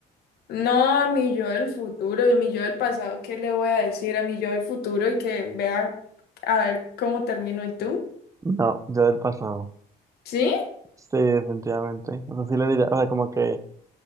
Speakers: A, on the left (about 70°); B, on the right (about 20°).
A: No a mi yo del futuro, a mi yo del pasado, ¿qué le voy a decir a mi yo del futuro y que vea a ver cómo termino y tú?
B: No, yo del pasado.
A: ¿Sí?
B: Sí, definitivamente. O sea, sí le diría, o sea, como que